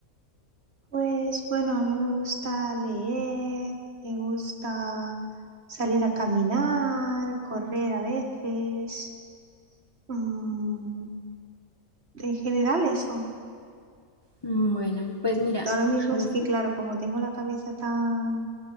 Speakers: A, on the right; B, on the left.
A: pues bueno, a mí me gusta leer, me gusta salir a caminar, correr a veces, mm, en general eso.
B: Mm, Bueno, pues mira,
A: Ahora mismo
B: a veces
A: es que, claro, como tengo la cabeza tan